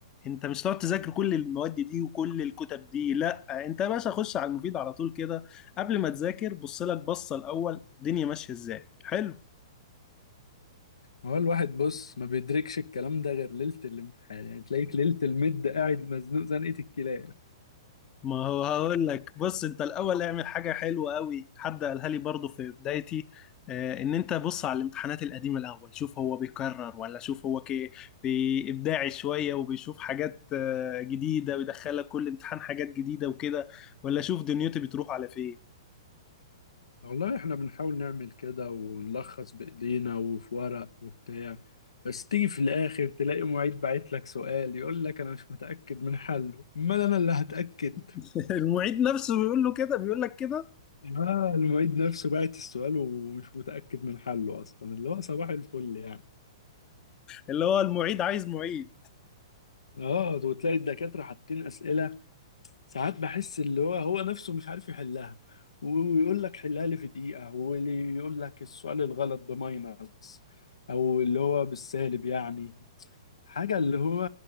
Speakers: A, on the left; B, on the left.
A: أنت مش هتقعد تذاكر كل المواد دي وكل الكتب دي لا أنت يا باشا خش على المفيد على طول كده قبل ما تذاكر بص لك بصة الأول الدنيا ماشية إزاي حلو
B: ما هو الواحد بص ما بيدركش الكلام ده غير ليلة الامتحان يعني تلاقيك ليلة المد قاعد مزنوق زنقة الكلاب
A: ما هو هقول لك بص انت الاول اعمل حاجه حلوه قوي حد قالها لي برضو في بدايتي آه، ان انت بص على الامتحانات القديمه الاول شوف هو بيكرر ولا شوف هو كي بابداعي شويه وبيشوف حاجات آه، جديده ويدخلك كل امتحان حاجات جديده وكده ولا شوف دنيتي بتروح على فين
B: والله احنا بنحاول نعمل كده ونلخص بايدينا وفي ورق وبتاع بس تيجي في الاخر تلاقي معيد باعت لك سؤال يقول لك انا مش متاكد من حله امال انا اللي هتاكد
A: <laughs> المعيد نفسه بيقول له كده بيقول لك كده
B: اه المعيد نفسه باعت السؤال ومش متاكد من حله اصلا اللي هو صباح الفل يعني
A: اللي هو المعيد عايز معيد
B: اه وتلاقي الدكاتره حاطين اسئله ساعات بحس اللي هو هو نفسه مش عارف يحلها ويقول لك حلها لي في دقيقه واللي يقول لك السؤال الغلط بماينس او اللي هو بالسالب يعني حاجة اللي هو